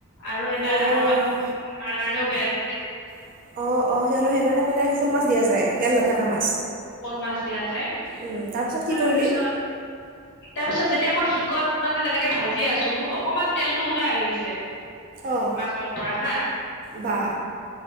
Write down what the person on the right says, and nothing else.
অঁ
অ', অ', সিহঁতক সেইকাৰণে মানে শল মাছ দিয়া যায়, তেল নাথাকা মাছ?
উম,
কি কৰিলি
অঁ
বা